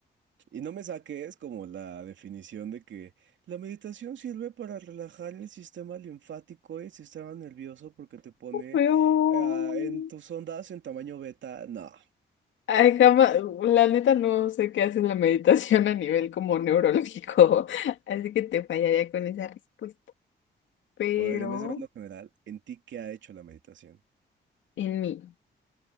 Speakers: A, on the right; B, on the left.
A: Y no me saques como la definición de que la meditación sirve para relajar el sistema linfático y el sistema nervioso porque te pone
B: Veo.
A: ah, en tus ondas en tamaño beta. No.
B: Ay, jamás. La neta no sé qué hace la <laughs> meditación a nivel como neurológico. <laughs> Así que te fallaría con esa respuesta. Pero
A: O a ver, en vez de verlo general, ¿en ti qué ha hecho la meditación?
B: en mí.